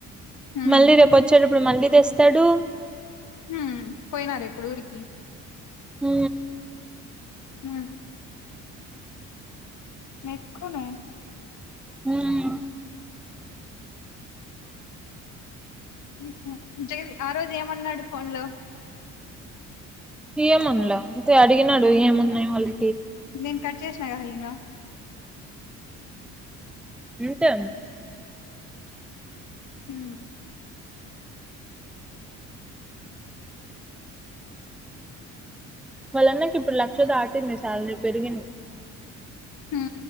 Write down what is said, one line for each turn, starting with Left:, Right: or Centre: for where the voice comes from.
Left: ఉమ్
Centre: మళ్ళీ రేపు వచ్చేటప్పుడు మళ్ళీ తెస్తాడు
Left: హు పోయినారిప్పుడు ఊరికి
Centre: హు
Left: హు మెక్కునే
Centre: హు మ్మ
Left: <unintelligible> నిజగానే ఆ రోజు ఏమన్నాడు ఫోన్ లో.
Centre: ఏమండ్ల అంతే అడిగినడు ఏమున్నాయి వాళ్ళి
Left: మేం కట్ చేసిన కదా ఇంగా
Centre: ఇంతే
Left: హు
Centre: వాళ్ళన్నకిప్పుడు లక్ష దాటింది శాలరీ పెరిగింది.
Left: హ